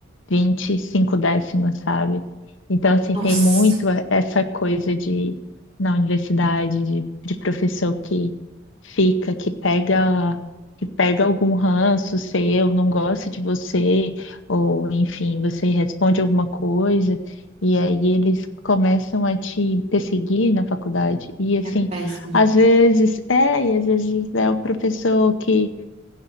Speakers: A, on the left (about 65°); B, on the right (about 30°).
A: 25 décimos, sabe? Então, assim,
B: Nossa,
A: tem muito a- essa coisa de, na universidade, de, de professor que fica, que pega, que pega algum ranço seu, não gosta de você, ou enfim, você responde alguma coisa, e aí eles começam a te perseguir na faculdade. E assim,
B: é péssimo.
A: às vezes é, e às vezes é o professor que